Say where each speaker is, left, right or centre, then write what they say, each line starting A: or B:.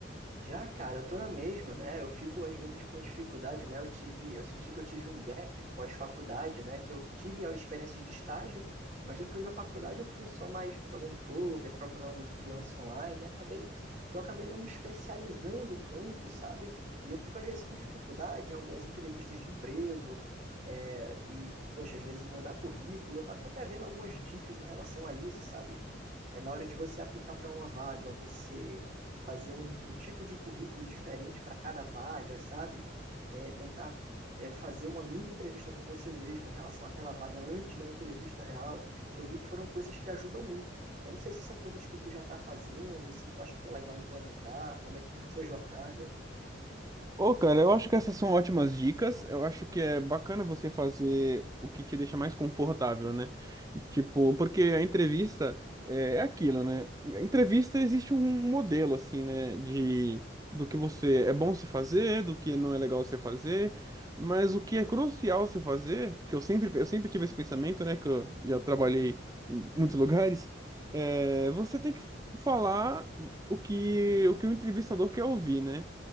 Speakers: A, on the right (about 40°); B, on the right (about 20°).
A: Já, cara, eu tô na mesma, né? Eu fico às vezes com dificuldade, né? Eu tive, eu senti que eu tive um gap pós-faculdade, né? Que eu tive a experiência de estágio, mas depois da faculdade eu fui só mais jogando poker, procurando no freelance online e acabei que eu acabei não me especializando tanto, sabe? E eu fico às vezes com dificuldade em algumas entrevistas de emprego, é, e poxa, às vezes em mandar currículo. Eu tô, tô até vendo algumas dicas em relação a isso, sabe? É, na hora de você aplicar para uma vaga, você fazer um, um tipo de currículo diferente para cada vaga, sabe? É, tentar é, fazer uma mini entrevista com você mesmo em relação àquela vaga antes da entrevista real. Eu vi que foram coisas que ajudam muito. Eu não sei se são coisas que tu já está fazendo, se tu acha que é legal implementar, como é que tá a tua <laughs> jornada.
B: Ô, cara, eu acho que essas são ótimas dicas. Eu acho que é bacana você fazer o que te deixa mais confortável, né? Tipo, porque a entrevista é é aquilo, né? A entrevista existe um modelo, assim, né? De do que você é bom se fazer, do que não é legal se fazer. Mas o que é crucial se fazer, que eu sempre, eu sempre tive esse pensamento, né? Que eu já trabalhei em muitos lugares, é, você tem que falar o que, o que o entrevistador quer ouvir, né?